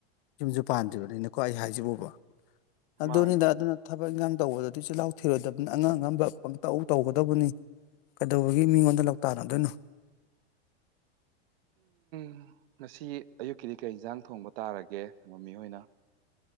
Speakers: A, on the left; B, on the right.
A: ꯌꯨꯝꯁꯨ ꯄꯥꯟꯗ꯭ꯔꯤꯕꯅꯤꯅꯀꯣ ꯑꯩ ꯍꯥꯏꯖꯕꯕ ꯑꯗꯨꯅꯤꯗ
B: ꯃꯥꯅꯤ
A: ꯑꯗꯨꯅ ꯊꯕꯛ ꯏꯟꯈꯥꯡ ꯇꯧꯕꯗ ꯑꯗꯨꯏꯤꯜꯍꯥꯎ ꯊꯤꯔꯣꯏꯗꯕꯅꯤ ꯑꯉꯥꯡ ꯑꯉꯝꯕ ꯄꯪꯇꯎ ꯇꯧꯒꯗꯕꯅꯤ ꯀꯩꯗꯧꯕꯒꯤ ꯃꯤꯉꯣꯟꯗ ꯂꯣꯛꯇꯔꯗꯣꯏꯅꯣ
B: ꯎꯝ ꯉꯁꯤ ꯑꯌꯨꯛꯀꯤꯗꯤ ꯀꯩ ꯏꯟꯁꯥꯡ ꯊꯣꯡꯕ ꯇꯥꯔꯒꯦ ꯃꯃꯤꯍꯣꯏꯅ